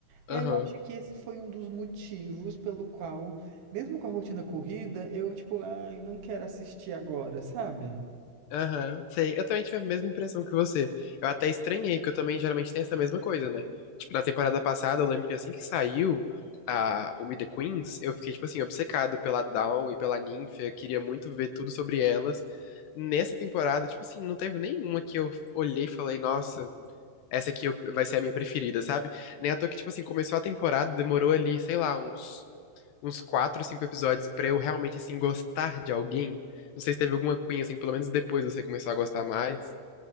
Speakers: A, on the right; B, on the left.
A: e
B: aham.
A: aí eu acho que esse foi um dos motivos pelo qual, mesmo com a rotina corrida, eu tipo, ai, não quero assistir agora, sabe?
B: Aham, sei. Eu também tive a mesma impressão que você. Eu até estranhei, que eu também geralmente tenho essa mesma coisa, né? Tipo, na temporada passada, eu lembro que assim que saiu a, o Meet the Queens, eu fiquei, tipo assim, obcecado pela Dawn e pela Ninfa, queria muito ver tudo sobre elas. Nessa temporada, tipo assim, não teve nenhuma que eu olhei e falei, nossa, essa aqui eu- vai ser a minha preferida, sabe? Nem à toa que, tipo assim, começou a temporada, demorou ali, sei lá, uns uns quatro, cinco episódios pra eu realmente, assim, gostar de alguém. Não sei se teve alguma cunha, assim, que pelo menos depois você começou a gostar mais.